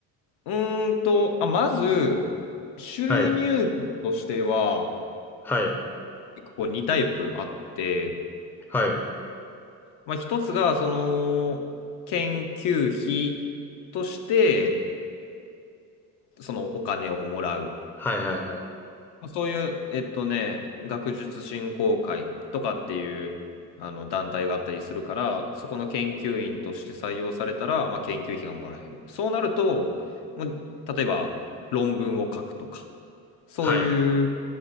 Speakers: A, on the left (about 75°); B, in the centre.
A: うーんと、あ、まず、収入としては、
B: ははい。はい。
A: 結構2タイプあって、
B: はい。
A: まあ一つが、その、研究費として、そのお金をもらう。
B: はいはいはい。
A: そういう、えっとね、学術振興会とかっていうあの団体があったりするから、そこの研究員として採用されたら、まあ、研究費がもらえる。そうなると、もう例えば論文を書くとか、そういう
B: はい。